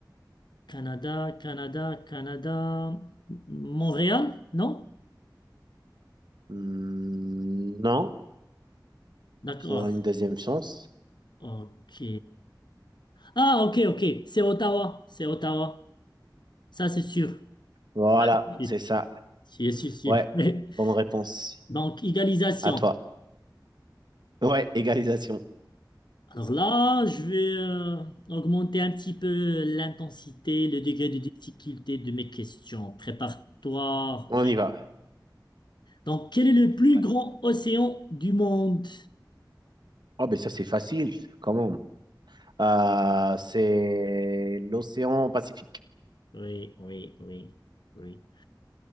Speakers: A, on the left; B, on the right.
A: Canada, Canada, Canada. Montréal? Non?
B: Hmm, non,
A: D'accord.
B: je te donne une deuxième chance.
A: Ok. Ah, ok, ok. C'est Ottawa. C'est Ottawa. Ça, c'est sûr.
B: Voilà,
A: Oui,
B: c'est ça.
A: C'est sûr, sûr.
B: Ouais,
A: Oui.
B: bonne réponse.
A: Donc, égalisation.
B: À toi. Ouais, égalisation.
A: Alors là, je vais euh, augmenter un petit peu l'intensité, le degré de difficulté de mes questions. Prépare-toi.
B: On
A: frère.
B: y va.
A: Donc, quel est le
B: Je
A: plus
B: suis prêt.
A: grand océan du monde?
B: Oh, ben ça c'est facile, comment Euh, c'est l'océan Pacifique.
A: Oui, oui, oui, oui.